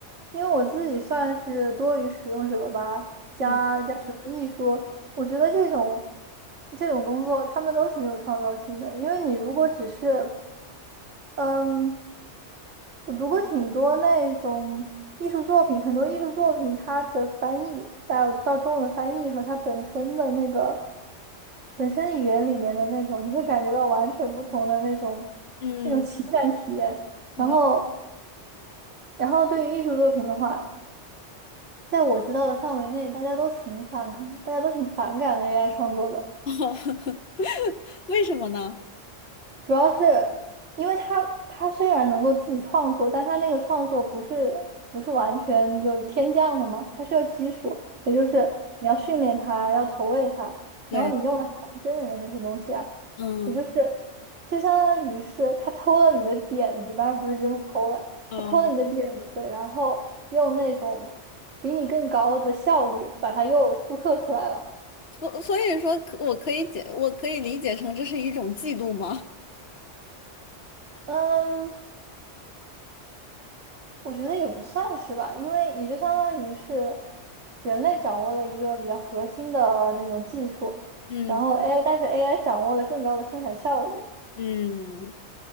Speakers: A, on the right; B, on the left.
A: 因为我自己算是多于使用者吧，加加什么艺术，
B: 嗯
A: 我觉得这种这种工作他们都挺有创造性的，因为你如果只是嗯。我读过挺多那种艺术作品，很多艺术作品它的翻译到到中文翻译和它本身的那个本身语言里面的那种，你会感觉到完全不同的那种
B: 嗯，
A: 那种情感体验。
B: 哦，
A: 然后，然后对于艺术作品的话，在我知道的范围内，大家都挺反，大家都挺反感 AI 创作的。
B: <laughs> 为什么呢？
A: 主要是因为他他虽然能够自己创作，但他那个创作不是不是完全就是天降的嘛，他需要基础，也就是你要训练他，要投喂他，
B: 对，
A: 然后你用的还是真人的那些东西啊，
B: 嗯
A: 也就是就相当于是他偷了你的点子，当然不是真的偷了，
B: 嗯。
A: 他偷了你的点子，然后用那种比你更高的效率把它又复刻出来了。
B: 所所以说可，我可以解，我可以理解成这是一种嫉妒吗？
A: 嗯，我觉得也不算是吧，因为也就相当于是人类掌握了一个比较核心的那种技术，
B: <laughs> 嗯
A: 然后 AI，但是 AI 掌握了更高的生产效率。
B: 嗯，